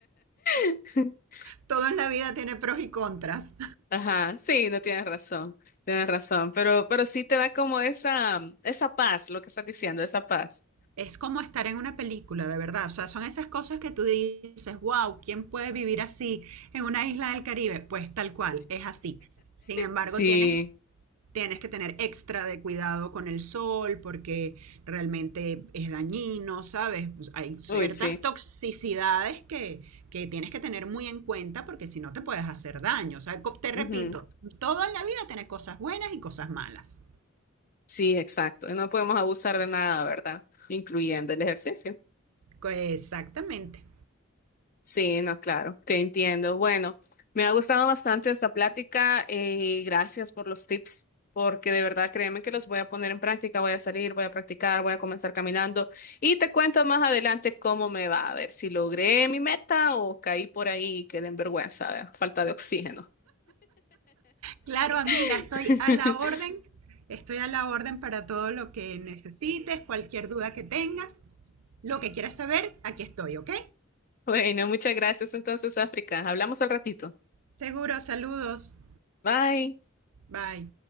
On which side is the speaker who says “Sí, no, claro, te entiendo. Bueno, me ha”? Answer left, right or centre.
Left